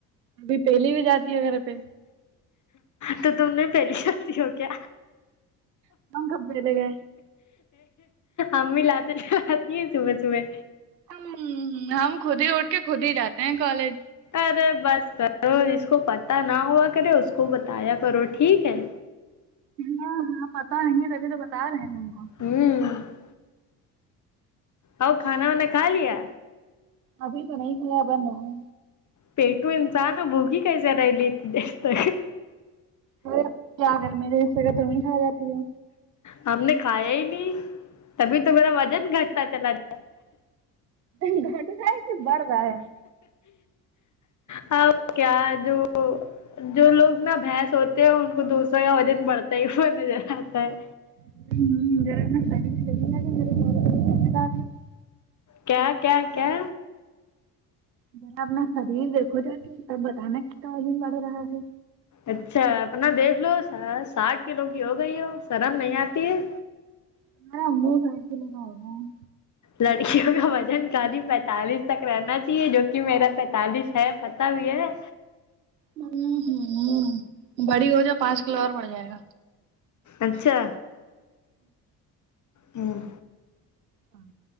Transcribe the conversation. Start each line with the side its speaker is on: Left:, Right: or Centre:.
Right: ابھی پہلی بھی جاتی ہے گھر پہ
Left: تو تم نے پہلی شادی ہو کیا
Right: <unintelligible> منگ کب دگ
Left: امی لاتے مارتی ہے صبح صبح
Right: ہممم ہم خود ہی اٹھ کے خود ہی جاتے ہیں کالج
Left: ارے بس کرو جس کو پتا نہ ہوا کرے اس کو بتایا کرو ٹھیک ہے
Right: ہاں ہاں پتا نہیں تبھی تو بتا رہے ہیں تم کو
Left: ہوں اور کھانا وانا کھا لیا
Right: ابھی تو نہیں کھایا بن ہے
Left: پیٹو انسان ہے بھوکی کیسا رہلتی ہے
Right: یار کیا کرے میرے حصے کا تم ہی کھا جاتی ہے
Left: ہم نے کھایا ہی نہیں تبھی تو میرا وزن گھٹتا چلا جات
Right: گھٹ رہا ہے کہ بڑھ رہا ہے
Left: اب کیا دوں جو لوگ نا بھینس ہوتے ہیں ان کو دوسروں کا وزن بڑھتا ہی ہوا نظر آتا ہے
Right: ہمم
Left: کیا کیا کیا
Right: جرا اپنا شریر دیکھو جاکے کے تب بتانا کتنا وجن بڑھ رہا ہے
Left: اچھا اپنا دیکھ لو ساٹھ کلو کی ہو گئی ہو شرم نہیں آتی ہے
Right: تمہارا منہ ساٹھ کلو کا ہورہا ہے
Left: لڑکیوں کا وزن خالی پینتالیس تک رہنا چاہیے جو کہ میرا پینتالیس ہے پتہ بھی ہے
Right: ہمم ہمم بڑی ہو جو پاس ہو فلور پٹھ جائے گا
Left: اچھا ہوں
Right: ہاں